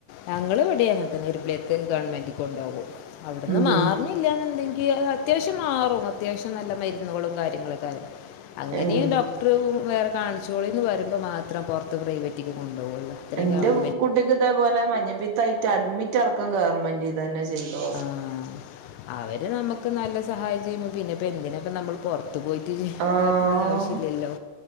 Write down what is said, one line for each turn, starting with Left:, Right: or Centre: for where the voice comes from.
Left: ഞങ്ങള് എവിടെ അങ്ങ തന്നെ ഇരുപിളിയത്ത് ഗവൺമെന്റ് കൊണ്ടുപോകും അവിടുന്ന്
Right: ഉം
Left: മാറണില്ലന്നുന്തെങ്കി അത്യാവശ്യം മാറും അത്യാവശ്യം നല്ല മാറും മരുന്നുകളും കാര്യങ്ങളൊക്കാരും അങ്ങനെയും
Right: ഉം
Left: ഡോക് ടറും വേറെ കാണിച്ചോളി എന്ന് പറയുമ്പോ മാത്രം പുറത്ത് പ്രൈവറ്റേക്ക് കൊണ്ടു പോകള്ളൂ അത്രയും
Right: എന്റെ
Left: ഗവൺ
Right: കുട്ടിക്ക് ഇതേപോലെ മഞ്ഞപ്പീത്തയിട്ട് അഡ്മിറ്റ് അടക്കും ഗവൺമെന്റീ തന്നെ ചെയ്തോ
Left: ആഹ് അവര് നമ്മുക്ക് നല്ല സഹായം ചെയ്യുമ്പോ പിന്നെപ്പോ എന്തിനപ്പ നമ്മള് പൊർ ത്ത് പോയിട്ട് ഇതാക്കണ
Right: ആഹ്
Left: ആവശ്യല്ലല്ലോ